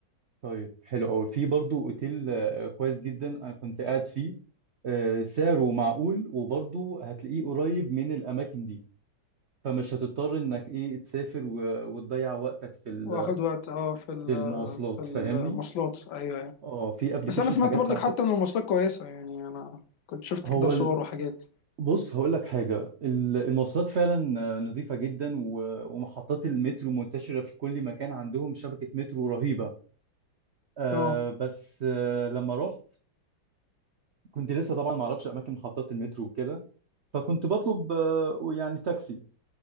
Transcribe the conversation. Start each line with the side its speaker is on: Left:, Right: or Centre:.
Right: طيب حلو قوي في برضه اوتيل آه، كويس جدا انا كنت قاعد فيه آه، سعره معقول وبرضه هتلاقيه قريب من الاماكن دي فمش هتضطر انك ايه تسافر و- وتضيع وقتك في ال-
Left: واخد وقت اه في ال-
Right: في المواصلات
Left: في المواصلات
Right: فاهمني
Left: ايوه ايوه
Right: اه في ابلكيشن
Left: بس انا سمعت
Right: حجزت
Left: برضك
Right: عن طريق
Left: حتى ان المواصلات كويسه يعني انا كنت شفت
Right: هو
Left: كده صور
Right: ال-
Left: وحاجات
Right: بص هقول لك حاجه ال- المواصلات فعلا آه، نظيفه جدا و- ومحطات المترو منتشره في كل مكان عندهم شبكه مترو رهيبه آه
Left: اه
Right: بس آه لما رحت كنت لسه طبعا ما اعرفش اماكن محطات المترو وكده فكنت بطلب آه، يعني تاكسي